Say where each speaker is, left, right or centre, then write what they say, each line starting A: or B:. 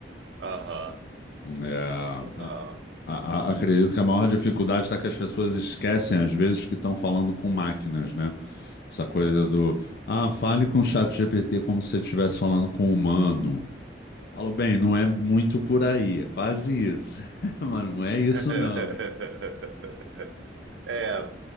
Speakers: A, on the right; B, on the left.
A: <laughs> Aham.
B: É, a-
A: Total.
B: A-
A: Hum.
B: a- acredito que a maior dificuldade está que as pessoas esquecem, às vezes, que estão falando com máquinas, né? Essa coisa do, ah, fale com o chat GPT como se você estivesse falando com um humano. Falo, bem, não é muito por aí, é quase isso. <laughs> Mas não é
A: <laughs>
B: isso, não, hein?
A: É,